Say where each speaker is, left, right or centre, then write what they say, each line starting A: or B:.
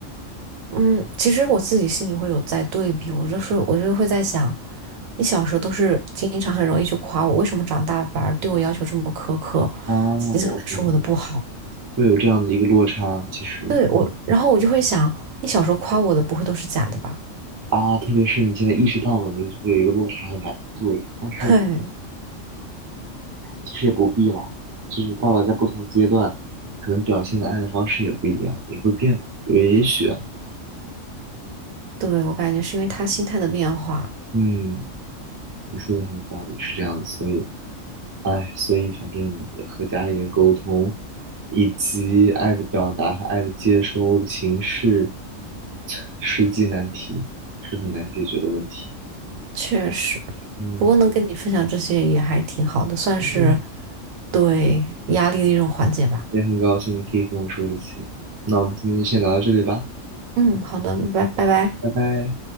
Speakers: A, on the right; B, on the right.
A: 嗯，其实我自己心里会有在对比，我就是我就是会在想，你小时候都是经常很容易就夸我，为什么长大反而对我要求这么苛刻，
B: 啊，我懂，
A: 经常在说我的不好？
B: 会有这样的一个落差，其实
A: 对我，然后我就会想，你小时候夸我的不会都是假的吧？
B: 啊，特别是你现在意识到了，你就会有一个落差感，对，但是。
A: <laughs> 嘿，
B: 其实也不必啦，就是爸爸在不同阶段，可能表现的爱的方式也不一样，也会变嘛。也也许啊，
A: 对，我感觉是因为他心态的变化，
B: 嗯，你说的很有道理，是这样子。所以，哎，所以反正和家里人沟通，以及爱的表达和爱的接收的形式，实际难题是很难解决的问题。
A: 确实。
B: 嗯
A: 不过能跟你分享这些也还挺好的，算是
B: 嗯，
A: 对压力的一种缓解吧。
B: 也很高兴你可以跟我说这些。那我们今天就先聊到这里吧，
A: 嗯，好的，拜拜拜拜。
B: 拜拜。